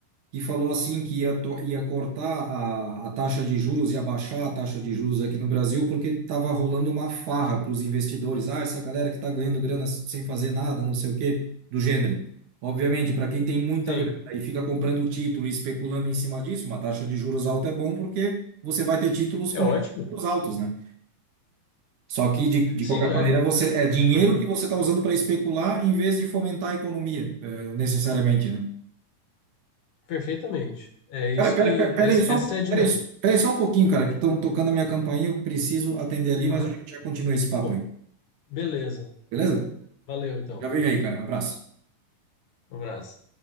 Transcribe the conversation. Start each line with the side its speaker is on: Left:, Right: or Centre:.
Right: que falou assim que ia, to- ia cortar a, a taxa de juros, ia baixar a taxa de juros aqui no Brasil, porque estava rolando uma farra para os investidores. Ah, essa galera que está ganhando grana s- sem fazer nada, não sei o quê, do gênero. Obviamente, para quem tem muita
Left: Sim,
Right: grana e fica comprando título e especulando em cima disso, uma taxa de juros alta é bom porque você vai ter títulos com
Left: é ótimo.
Right: juros altos, né? Só que, de, de
Left: Sim,
Right: qualquer
Left: é,
Right: maneira,
Left: é-
Right: você é dinheiro
Left: uhum,
Right: que você está usando para especular em vez de fomentar a economia, é, necessariamente, né?
Left: perfeitamente. É isso
Right: Pera, pera,
Left: que.
Right: pera, pera
Left: esse-
Right: aí só,
Left: essa é a dinâmica.
Right: pera aí, pera aí só um pouquinho, cara, que estão tocando a minha campainha, eu preciso atender ali,
Left: Aham.
Right: mas a gente já continua esse papo
Left: Pô,
Right: aí,
Left: beleza.
Right: beleza?
Left: Valeu, então.
Right: Já vem aí, cara. Abraço.
Left: Um abraço.